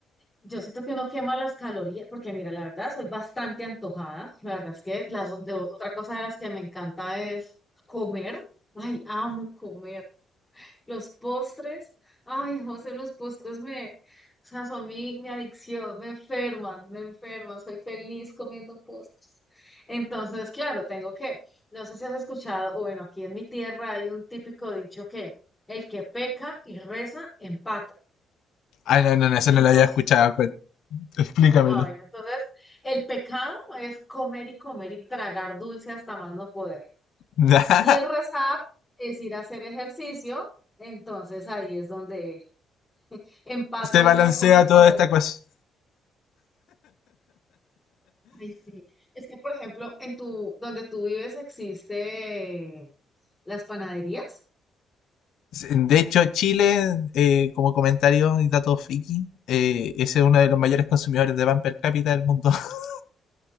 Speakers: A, on the left; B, on the left.
A: yo siento que uno quema las calorías, porque mira, la verdad, soy bastante antojada. La verdad es que las, de, otra cosa de las que me encanta es comer. Ay, amo comer. Los postres, ay, José, los postres me, o sea, son mi, mi adicción, me enferman, me enferman, soy feliz comiendo postres. Entonces, claro, tengo que, no sé si has escuchado, o bueno, aquí en mi tierra hay un típico dicho que el que peca y reza, empata.
B: Ah, no, no, no, eso
A: Entonces,
B: no lo había escuchado. cu- Explícamelo.
A: no- ah, bueno, entonces el pecado es comer y comer y tragar dulce hasta más no poder.
B: <laughs>
A: Y el rezar es ir a hacer ejercicio, entonces ahí es donde empato
B: Se balancea
A: una cosa con
B: toda esta
A: otra.
B: cosa.
A: Ay, sí. Es que, por ejemplo, en tu, donde tú vives existe las panaderías.
B: De hecho, Chile, eh, como comentario y dato friki, eh, ese es uno de los mayores consumidores de pan per cápita del mundo. <laughs>